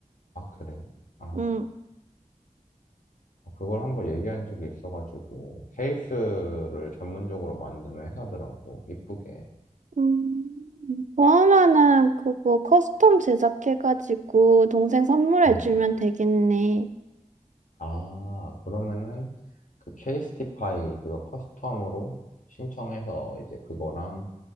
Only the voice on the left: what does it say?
아 그래? 아
어, 그걸 한번 얘기한 적이 있어가지고 케이스를 전문적으로 만드는 회사더라고 이쁘게
음.
아 그러면은 그 케이스티파이 그거 커스텀으로 신청해서 이제 그거랑